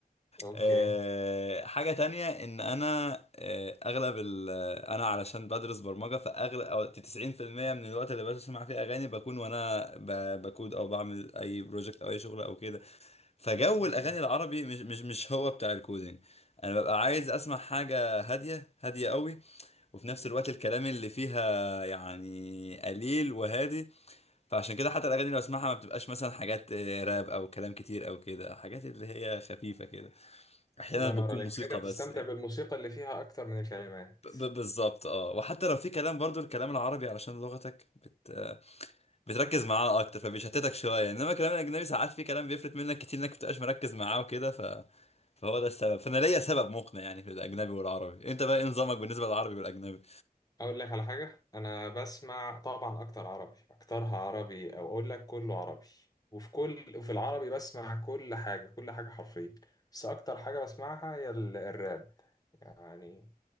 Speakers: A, on the left; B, on the left.
A: أوكي
B: آه، حاجة تانية ان انا آه، اغلب ال آه، انا علشان بدرس برمجة فاغلب او 90% من الوقت اللي بسمع فيه اغاني بكون وانا ب- بكود او بعمل اي بروجكت او اي شغل او كده فجو الاغاني
A: جميل
B: العربي مش مش مش هو بتاع الكودينج انا ببقى عايز اسمع حاجة هادية هادية قوي وفي نفس الوقت الكلام اللي فيها يعني قليل وهادي فعشان كده حتى الاغاني اللي بسمعها ما بتبقاش مثلا حاجات آه، راب او كلام كتير او كده حاجات اللي هي خفيفة كده احيانا
A: الله
B: بتكون
A: ينور عليك
B: موسيقى
A: يعني أنت
B: بس
A: بتستمتع
B: يعني
A: بالموسيقى اللي فيها أكتر من الكلمات
B: ب- ب- بالظبط اه وحتى لو في كلام برضو الكلام العربي علشان لغتك بت... آه، بتركز معاه اكتر فبيشتتك شويه انما الكلام الاجنبي ساعات في كلام بيفلت منك كتير انك بتبقاش مركز معاه وكده ف... فهو ده السبب فانا ليا سبب مقنع يعني في الاجنبي والعربي انت بقى إيه نظامك بالنسبه للعربي والاجنبي
A: اقول لك على حاجه انا بسمع طبعا اكتر عربي اكترها عربي او اقول لك كله عربي وفي كل وفي العربي بسمع كل حاجه كل حاجه حرفيا بس اكتر حاجه بسمعها هي ال- الراب يعني